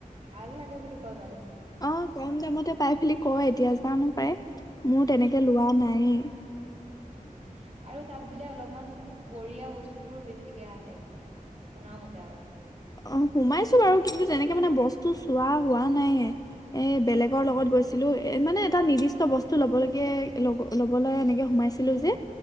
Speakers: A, on the right; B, on the left.
A: ভাল লাগে বুলি ক
B: অ', কম দামতে পাই ফেলি কয় এতিয়া জানো? পাই মোৰ তেনেকে লোৱা নাই।
A: উম-উম আৰু তাত বোলে অলপমান কৰীয়া বস্তুবোৰ বেছিকে আহে বোলে শুনা মতে আৰু।
B: অ', সোমাইছো বাৰু কিন্তু তেনেকে মানে বস্তু চোৱা হোৱা ন নাই। এ বেলেগৰ
A: উম,
B: লগত গৈছিলো। এ মানে এটা নিৰ্দিষ্ট বস্তু ল'বলৈকে ল'বলৈ এনেকে সোমাইছিলো যে?